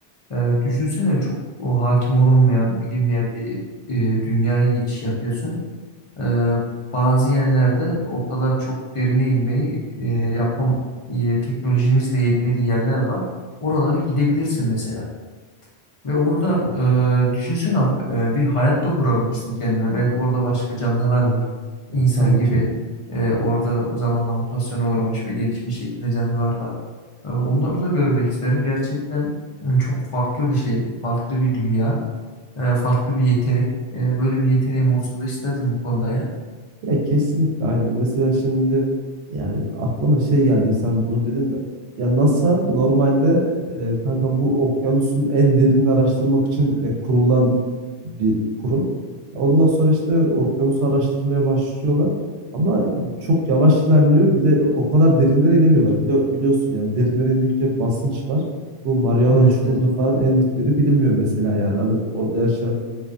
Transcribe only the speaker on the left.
E, düşünsene çok o hakim olunmayan bilinmeyen bir e, dünyaya geçiş yapıyorsun. Ee, bazı yerlerde o kadar çok derine inmeyi e, yapam e, teknolojimiz de yetmediği yerler var. Oralara gidebilirsin mesela. Ve orada
e, düşünsene e, bir hayat da kurabilirsin kendine. Belki orada başka canlılar var.
İnsan
gibi
e, orada zamanla mutasyona uğramış ve gelişmiş şekilde canlılar var. E, onları da görmek isterim. Gerçekten e, çok farklı bir şey, farklı bir dünya, e, farklı bir yetenek. E, böyle bir yeteneğim olsun da isterdim bu konuda yani.
Evet
evet.